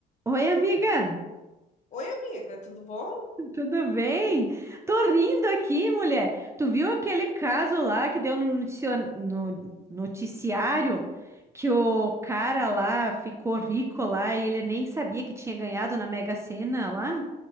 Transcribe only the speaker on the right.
Oi, amiga,
tudo bem? Tô rindo aqui, mulher. Tu viu aquele caso lá que deu no noticio- no noticiário que o cara lá ficou rico lá e ele nem sabia que tinha ganhado na Mega Sena lá?